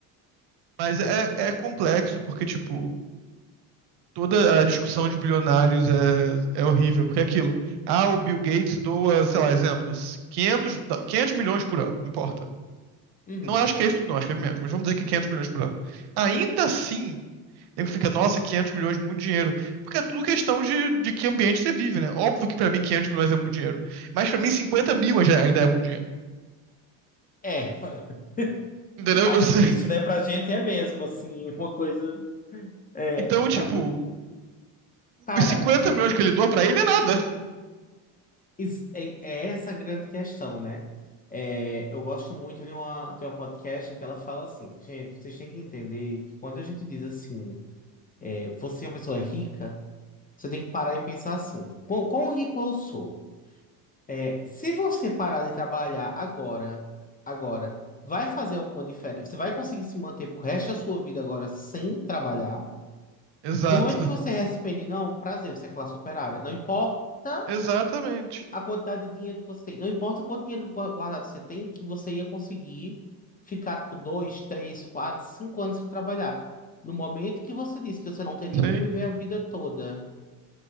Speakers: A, on the right (about 60°); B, on the left (about 20°).
A: Mas é,
B: É.
A: é complexo, porque, tipo, toda a discussão de bilionários é, é horrível, porque é aquilo. Ah, o Bill Gates doa, sei lá, exemplos, 500, da- 500 milhões por ano, não importa.
B: Uhum.
A: Não acho que é isso, não, acho que é menos, mas vamos dizer que 500 milhões por ano. Ainda assim, Nego fica, nossa, 500 milhões, muito dinheiro. Porque é tudo questão de, de que ambiente você vive, né? Óbvio que pra mim 500 milhões é muito dinheiro. Mas pra mim 50 mil já- é, ainda é muito dinheiro.
B: É. <laughs>
A: Entendeu?
B: Ai,
A: <laughs>
B: que triste, né? Pra gente é mesmo, assim, <laughs> uma coisa. É,
A: Então, tipo,
B: pra... Cara,
A: os 50
B: é,
A: milhões que ele doa pra ele é nada.
B: is- é, é essa a grande questão, né? É, eu gosto muito de uma, de uma podcast que ela fala assim, gente, vocês têm que entender que quando a gente diz assim. Você é uma pessoa rica, você tem que parar e pensar assim: quão, quão rico eu sou? É, se você parar de trabalhar agora, agora, vai fazer alguma diferença? Você vai conseguir se manter pro resto da sua vida agora sem trabalhar?
A: Exato.
B: No momento que você responde, não, prazer, você é classe operária. Não importa
A: Exatamente.
B: a quantidade de dinheiro que você tem, não importa quanto dinheiro gua- guardado você tem, que você ia conseguir ficar por dois, três, quatro, cinco anos sem trabalhar. No momento que você disse que você não teria
A: Sim,
B: como viver a vida toda.